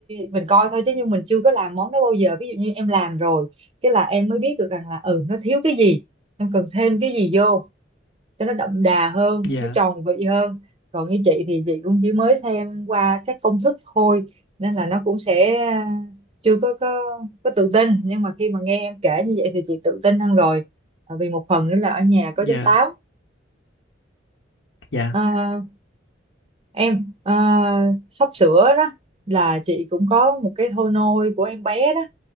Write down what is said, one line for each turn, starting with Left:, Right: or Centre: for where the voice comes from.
Right: mình coi thôi chứ nhưng mình chưa có làm món đó bao giờ ví dụ như em làm rồi cái là em mới biết được rằng là ừ nó thiếu cái gì em cần thêm cái gì vô cho nó đậm đà hơn
Left: dạ,
Right: nó tròn vị hơn còn như chị thì chị cũng chỉ mới xem qua các công thức thôi nên là nó cũng sẽ à, chưa có có có tự tin nhưng mà khi mà nghe em kể như vậy thì chị tự tin hơn rồi À, vì một phần nữa là ở nhà
Left: dạ,
Right: có giấm táo
Left: dạ,
Right: À, em ờ, sắp sửa đó là chị cũng có một cái thôi nôi của em bé đó